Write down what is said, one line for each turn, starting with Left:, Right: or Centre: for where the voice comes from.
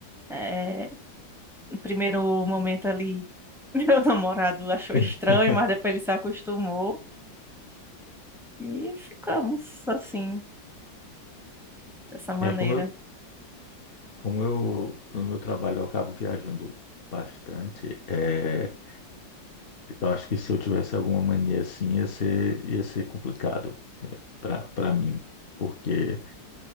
Centre: É, no primeiro momento ali, <laughs> meu namorado achou
Left: <laughs>
Centre: estranho, mas depois ele se acostumou. E ficamos assim, dessa maneira.
Left: É, como eu, como eu, no meu trabalho, eu acabo viajando bastante. é, Eu acho que se eu tivesse alguma mania assim, ia ser, ia ser complicado para para mim. Porque